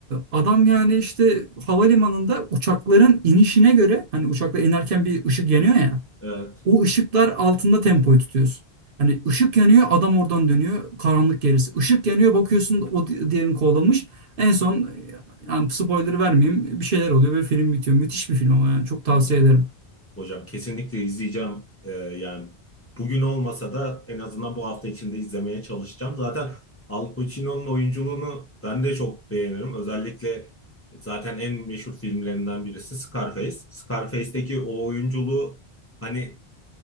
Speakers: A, on the right; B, on the left.
A: adam yani işte havalimanında uçakların inişine göre hani uçaklar inerken bir ışık yanıyor ya.
B: Evet.
A: O ışıklar altında tempoyu tutuyorsun. Hani ışık yanıyor adam oradan dönüyor karanlık gerisi. Işık yanıyor bakıyorsun o di- diğerini kovalamış. En son yani spoiler vermeyeyim bir şeyler oluyor ve film bitiyor. Müthiş bir film ama yani çok tavsiye
B: Hı.
A: ederim.
B: Hocam kesinlikle izleyeceğim. Ee, yani bugün olmasa da en azından bu hafta içinde izlemeye çalışacağım. Zaten Al Pacino'nun oyunculuğunu ben de çok beğenirim. Özellikle zaten en meşhur filmlerinden birisi Scarface. Scarface'deki o oyunculuğu hani